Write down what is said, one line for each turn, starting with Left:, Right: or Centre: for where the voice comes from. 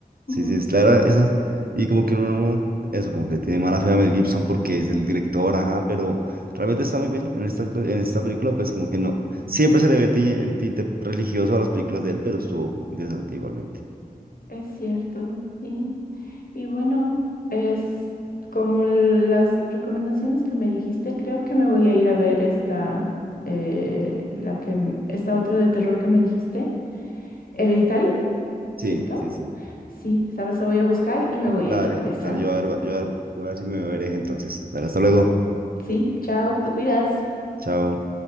Right: sí,
Left: Ujú,
Right: sí, es clara,
Left: Sí,
Right: esas, y como que uno, eso, como que le tiene mala fe a Mel Gibson porque es el director, ajá, pero realmente está muy bien en esta, actu- en esta película, pues como que no, siempre se le ve el tinte, el tinte religioso a las películas de él, pero estuvo interesante igualmente,
Left: es cierto, sí. Y bueno, es como las recomendaciones que me dijiste, creo que me voy a ir a ver esta, eh, la que, m- esta otra de terror que me dijiste, Hereditary,
Right: sí,
Left: ¿cierto?
Right: sí, sí.
Left: Sí, sabes, la voy a buscar y me voy
Right: Dale,
Left: a ir a ver esa.
Right: dale, yo a ver, yo a ver, voy a ver si me veréis entonces. Dale, hasta luego.
Left: Sí, chao, te cuidas.
Right: Chao.